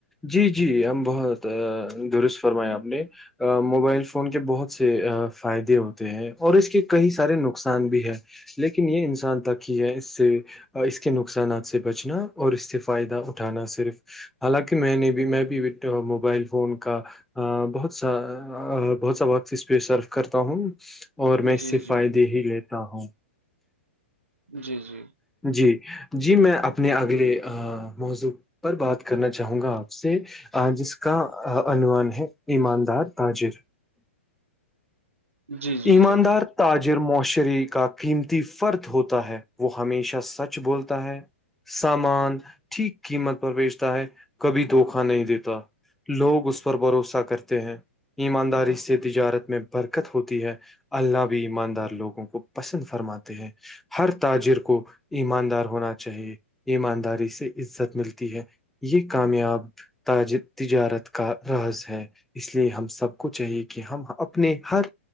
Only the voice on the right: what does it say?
جی
جی
جی جی
جی جی
جی